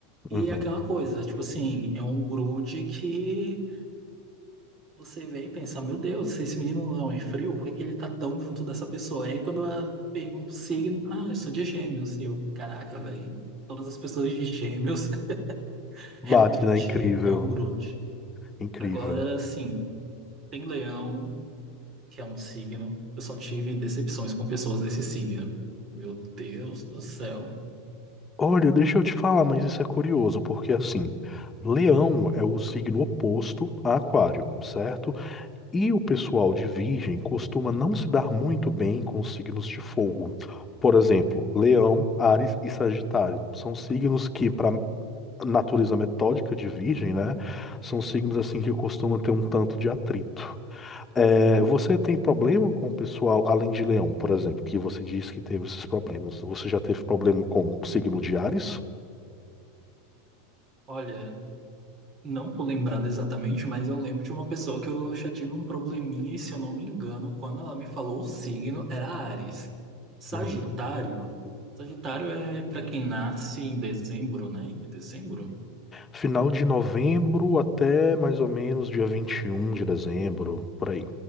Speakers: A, on the right; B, on the left.
A: E
B: uhum.
A: é aquela coisa, tipo assim, é um grude que você vê e pensa, meu Deus, esse menino não é frio, por que que ele tá tão junto dessa pessoa? Aí quando eu pergunto o signo, ah, eu sou de gêmeos, e eu, caraca, velho, todas as pessoas de gêmeos <laughs>
B: Bate,
A: realmente
B: né? Incrível.
A: é um grude.
B: Incrível.
A: Agora, sim, tem leão, que é um signo, eu só tive decepções com pessoas desse signo. Meu Deus do céu.
B: Olha, deixa eu te falar, mas isso é curioso, porque assim, Leão é o signo oposto a Aquário, certo? E o pessoal de Virgem costuma não se dar muito bem com os signos de fogo. Por exemplo, Leão, Áries e Sagitário são signos que, para natureza metódica de Virgem, né, são signos assim que costumam ter um tanto de atrito. É, você tem problema com o pessoal, além de Leão, por exemplo, que você disse que teve esses problemas. Você já teve problema com o signo de Áries?
A: Olha, Não tô lembrado exatamente, mas eu lembro de uma pessoa que eu já tive um probleminha, e se eu não me engano, quando ela me falou o signo, era Áries. Sagitário.
B: Uhum.
A: Sagitário é para quem nasce em dezembro, né? É dezembro?
B: Final de novembro até mais ou menos dia 21 de dezembro, por aí.